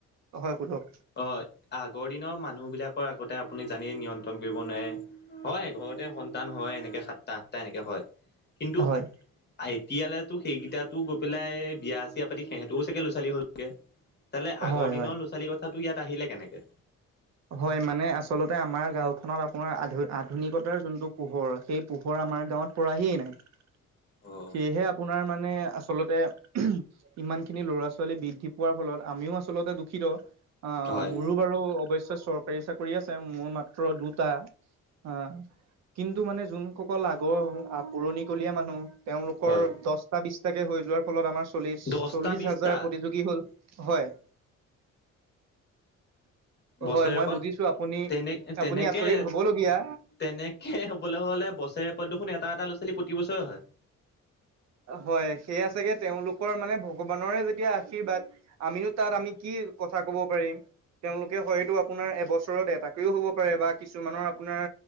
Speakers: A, on the right; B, on the left.
A: হয় সোধক
B: অ আগৰ দিনৰ মানুহ বিলাক- আগতে আপুনি জানি নিয়ন্ত্ৰণ কৰিব নোৱাৰে হয়। ঘৰতে সন্তান হয় এনেকে- তাহ এনেকে হয় কিন্তু
A: হয়
B: আইটি এলে এ তটো সেইকেইটাত- গৈ পেলাই বিয়া চিয়া পাতি সিহঁতও চাগে ল'ৰাৱালী হলগে। তাললে আগৰ
A: হয়
B: দিনৰ
A: হয়
B: ল'ৰাোৱালীৰ কথা তো ইয়াত আহিলে কেনেকৈ
A: হয় মানে আচলতে আমাৰ গাওখনত আপোনাৰ আ আধুনিকতাৰ যোনটো পোহৰ সেই পোহৰৰ- আমাৰ গাঁৱত পৰাহিয়ে নাই।
B: অ',
A: সেয়েহে আপোনাৰ মানে আচলতে ইমান খিনি ল'ৰা ছোৱালী বৃদ্ধি পোৱাৰ ফলত আমাৰ- আমিও আচলতে দুখিত
B: হয়।
A: মোৰো বাৰু অৱশ চৰকাৰি চাকৰি- মোৰ মাত্ৰ দুটা অ কিন্তু মানে যোনসকল আগৰ পুৰণিকলীয়া মানুহ- তেওঁলোকৰ
B: হয়
A: দহটা বিছটাকে হৈ যোৱাৰ ফলত আমাৰ চল্লিশ
B: দহটা
A: চল্লিশ
B: বিশটা
A: হাজাৰ প্ৰতিযোগী হ'ল- হয়
B: বছৰেকত
A: হয় মই বুজিছো আপুনি
B: তেনে তেনেকে
A: আপুনি আচৰিত হবলগীয়া
B: তেনেকে হবলৈ হলে বছৰে ৰেকৰ্ড দেখোন এটা এটা ল'ৰা ছোৱালী প্ৰতি বছৰে হয়।
A: হয় সেইয়া চাগে তেওঁলোকৰ মানে ভগৱানৰে যেতিয়া আশীৰ্বাদ আমো তাত আমি কি কথা ক'ব পাৰিম। তেওঁলোকে হয়তো আপোনাৰ এবছৰত এটাকেও হব পাৰে। বা কিছুমানৰ আপোনাৰ